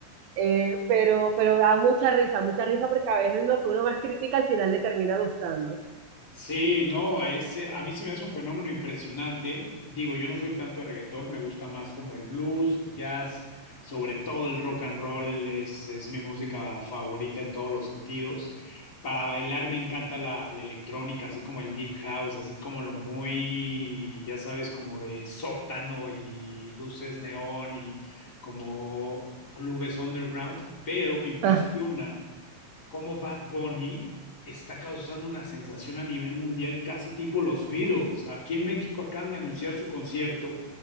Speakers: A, on the right (about 80°); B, on the left (about 25°).
A: eh, pero, pero da mucha risa, mucha risa porque a veces lo que uno más critica al final le termina gustando.
B: Sí, no, es, eh, a mí sí me hace un fenómeno impresionante. Digo, yo no soy tanto de reggaetón, me gusta más como el blues, el jazz, sobre todo el rock and roll es, es mi música favorita en todos los sentidos. Para bailar me encanta la, la electrónica, así como el deep house, así como lo muy, ya sabes, como de sótano y luces neón y como clubes underground, pero me impresiona
A: Ah,
B: cómo Bad Bunny está causando una sensación a nivel mundial casi tipo los Beatles. Aquí en México acaban de anunciar su concierto